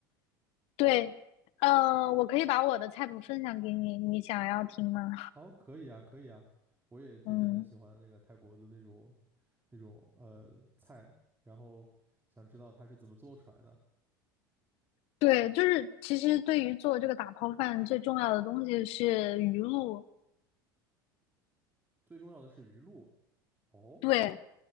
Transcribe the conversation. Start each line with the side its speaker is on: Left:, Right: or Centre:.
Left: 对，呃，我可以把我的菜谱分享给你，你想要听吗？
Right: 哦，可以啊，可以啊，我也就是很喜欢那个泰国的那种
Left: 嗯，
Right: 那种呃菜，然后想知道它是怎么做出来的。
Left: 对，就是其实对于做这个打泡饭最重要的东西是鱼露，
Right: 最重要的是鱼露。哦
Left: 对